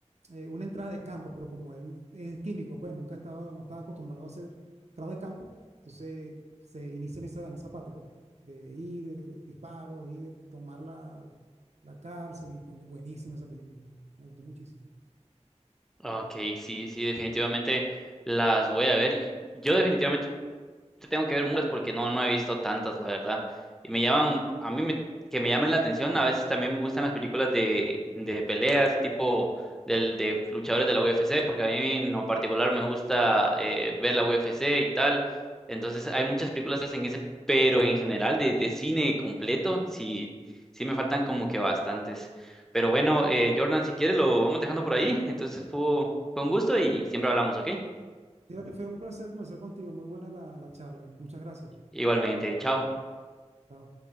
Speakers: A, on the right (about 65°); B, in the centre.
A: eh, una entrada de campo, pero como él es químico, pues nunca estaba, no estaba acostumbrado a hacer trabajo de campo, entonces se inicia en esa, en esa parte, pues, de, de ir, de- de disparos, ir, tomar la, la cárcel, y buenísima esa película, me gustó muchísimo.
B: Ok, sí, sí, definitivamente las voy a ver. Y Yo definitivamente te tengo que ver muchas porque no, no he visto tantas, la verdad. Y me llaman, a mí me- que me llamen la atención, a veces también me gustan las películas de, de peleas, tipo del, de luchadores de la UFC, porque a mí en lo particular me gusta eh, ver la UFC y tal. Entonces hay muchas películas que hacen ese, pero en general de, de cine completo, sí, sí me faltan como que bastantes. Pero bueno, eh, Jordan, si quieres lo vamos dejando por ahí. Entonces fue, fue un gusto y siempre hablamos, ¿ok?
A: Sí, vale, fue un placer conversar contigo, muy buena la, la charla, muchas gracias.
B: Igualmente, chao.
A: Chao.